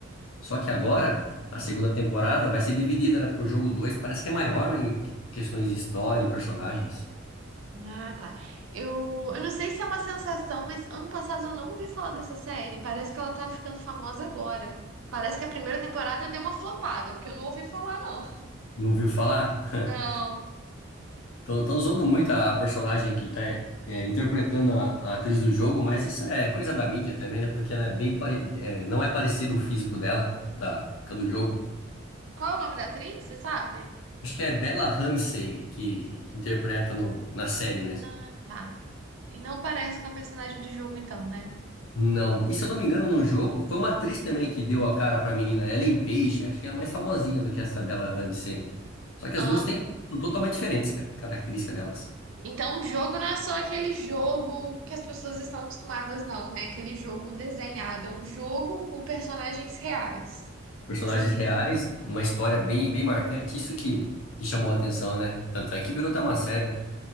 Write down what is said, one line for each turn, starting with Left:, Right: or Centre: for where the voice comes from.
Left: Só que agora, a segunda temporada vai ser dividida, né? Porque o jogo 2 parece que é maior, né? Em questões de história, em personagens.
Right: Ah, tá. Eu, eu não sei se é uma sensação, mas ano passado eu não ouvi falar dessa série. Parece que ela tá ficando famosa agora. Parece que a primeira temporada deu uma flopada, porque eu não ouvi falar, não.
Left: Não ouviu falar? <laughs>
Right: Não.
Left: Estão usando muito a a personagem que está interpretando a, a atriz do jogo, mas isso é coisa da mídia também, né? Porque ela é bem pare- é, não é parecido o físico dela, da, com a do jogo.
Right: Qual é o nome da atriz? Você sabe?
Left: Acho que é Bella Ramsey que, que interpreta no, na série mesmo.
Right: Ah, tá. E não parece com a personagem do jogo, então, né?
Left: Não, e se eu não me engano, no jogo, foi uma atriz também que deu a cara pra menina, Ellen Page, acho que ela é mais famosinha do que essa Bella Ramsey. Só que
Right: Ah,
Left: as duas têm, são totalmente diferentes, cara, característica delas.
Right: então, o jogo não é só aquele jogo que as pessoas estão acostumadas, não, né? Aquele jogo desenhado. É um jogo com personagens reais.
Left: Personagens
Right: Não sei se.
Left: reais, uma história bem, bem marcante, isso que, que chamou a atenção, né? Tanto é que virou até uma série.